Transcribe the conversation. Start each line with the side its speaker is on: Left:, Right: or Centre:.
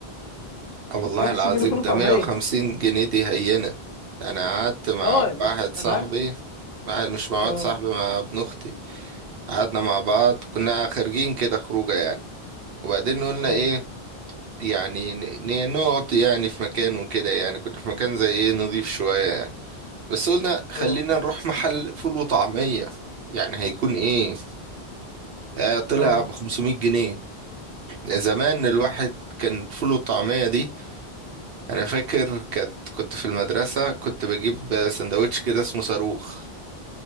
Right: آه والله
Left: 150
Right: العظيم
Left: جنيه فول وطعميه
Right: ده 150 جنيه دي هينة انا قعدت مع
Left: اه
Right: واحد
Left: لا
Right: صاحبي
Left: انا عارف
Right: مع- مش مع
Left: اه
Right: واحد صاحبي مع ابن اختي قعدنا مع بعض كنا خارجين كده خروجه يعني وبعدين قلنا
Left: ايوه
Right: ايه يعني ن- ن- نقعد يعني في مكان وكده يعني كنا في مكان زي ايه نضيف شوية يعني بس قلنا خلينا
Left: اه
Right: نروح محل فول وطعمية يعني هيكون ايه آه طلع
Left: اه
Right: ب 500 جنيه زمان الواحد كان فول وطعمية دي انا فاكر كانت كنت في المدرسة كنت بجيب سندوتش كده اسمه صاروخ